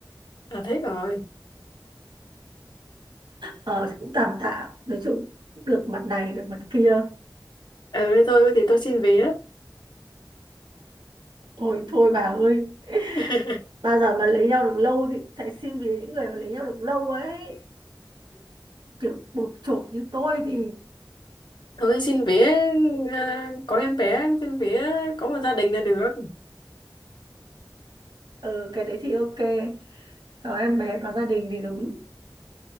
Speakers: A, on the left; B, on the right.
A: là thích rồi
B: ờ thì cũng tạm tạm nói chung cũng được mặt này được mặt kia
A: ừ tôi thì tôi xin vía
B: ôi thôi bà ơi
A: <laughs>
B: bao giờ mà lấy nhau được lâu thì sẽ xin vì những người mà lấy nhau được lâu ấy kiểu bụp chộp như tôi thì
A: thôi xin vía ờ, có em bé xin vía có một gia đình là được
B: ừ cái đấy thì ok có em bé có gia đình thì đúng